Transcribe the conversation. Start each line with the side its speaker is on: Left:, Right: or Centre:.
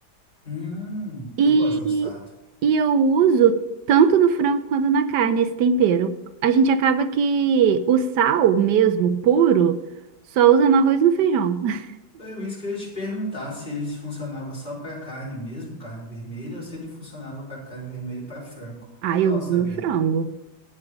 Left: Hum,
Right: E,
Left: eu gosto de mostarda.
Right: e eu uso tanto no frango quanto na carne esse tempero. A gente acaba que o sal mesmo, puro, só usa no arroz e no feijão. <laughs>
Left: Foi isso que eu ia te perguntar se ele funcionava só para carne mesmo, carne vermelha, ou se ele funcionava para carne vermelha e para frango.
Right: Ah,
Left: Legal
Right: eu uso
Left: saber.
Right: no frango.